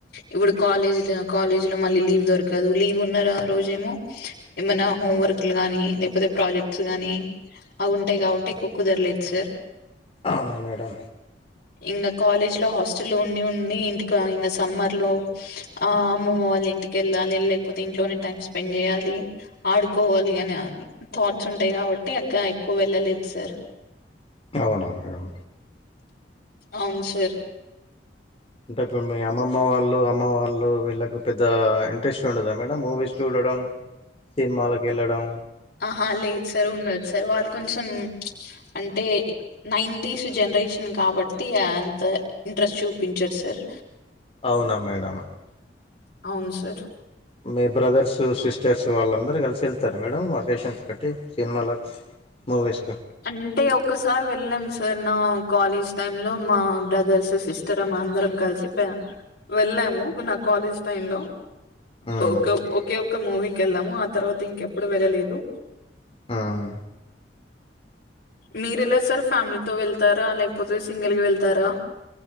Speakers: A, on the left; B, on the left.
A: ఇప్పుడు కాలేజీ కాలేజ్ లో మళ్ళీ లీవ్ దొరకదు లీవ్ ఉన్న ఆ రోజేమో ఏమైనా హోంవర్క్ లు గానీ లేకపోతే ప్రాజెక్ట్స్ గానీ అవి ఉంటాయి కాబట్టి ఎక్కు కుదరలేదు సార్
B: అవునా మేడం
A: ఇంకా కాలేజ్ లో హాస్టల్ ఉండి ఉండి ఇంటికి ఇం సమ్మర్ లో ఆ అమ్మమ్మ వాళ్ళ ఇంటికెళ్ళాలి లేకపోతే ఇంట్లోనే టైమ్ స్పెండ్ చేయాలి ఆడుకు కోవాలి అని థాట్స్ ఉంటాయి కాబట్టి అ ఎక్కువ వెళ్ళలేదు సార్
B: అవునా కదడం
A: అవును సార్
B: ఉంటాయి మీ అమ్మమ్మ వాళ్ళు అమ్మ వాళ్ళు వాళ్ళు వీళ్ళకి పెద్ద ఇంట్రెస్ట్ ఉండదా మేడం మూవీస్ చూడడం సినిమాలకు వెళ్ళడం
A: ఆహా లేదు సార్ ఉండదు సార్ వాళ్ళు కొంచెం అంటే నైంటిస్ జనరేషన్ కాబట్టి అంత ఇంట్రెస్ట్ చూపించారు సార్
B: అవునా మేడం
A: అవును సార్
B: మీ బ్రదర్స్ సిస్టర్స్ వాళ్ళందరూ కలిసి వెళ్తారు మేడం ఒకేషన్స్ పెట్టి సినిమాలకు మూవీస్
A: అంటే ఒసారి వెళ్ళాము సార్ నా కాలేజ్ టైమ్ లో మా బ్రదర్స్ సిస్టర్ మా అందరం కలిసి వెళ్ళాము నా కాలేజ్ టై లో
B: హ్మ్.
A: ఓక ఓకే ఒక మూవీకి వెళ్ళాము ఆ తర్వాత ఇంకెప్పుడు వెళ్ళలేదు
B: హ్మ్.
A: మీరు ఎలా సార్ ఫ్యామిలీ తో వెళ్తారా లేకపోతే సింగిల్ గా వెళ్తారా